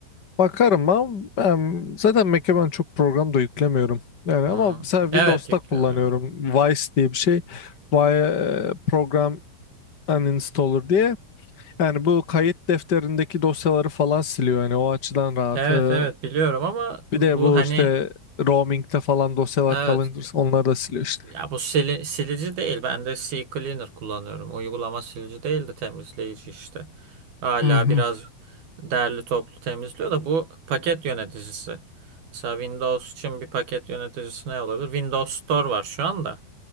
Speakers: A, on the left; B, on the right.
A: Bakarım ama ben zaten Mac'e ben çok program da yüklemiyorum. Yani
B: Hmm.
A: ama mesela Windows'ta
B: Evet yüklemiyorum.
A: kullanıyorum. Vice diye bir şey. Vice program uninstaller diye. Yani bu kayıt defterindeki dosyaları falan siliyor. Yani o açıdan rahat.
B: Evet
A: Ee,
B: evet biliyorum ama
A: Bir
B: bu
A: de bu
B: hani
A: işte roaming'de falan dosyalar
B: evet
A: kalınca onları da siliyor işte.
B: ya bu sili- silici değil. Ben de C Cleaner kullanıyorum. Uygulama silici değil de temizleyici işte. Hala
A: Hı hı.
B: biraz derli toplu temizliyor da bu paket yöneticisi. Mesela Windows için bir paket yöneticisi ne olabilir? Windows Store var şu anda.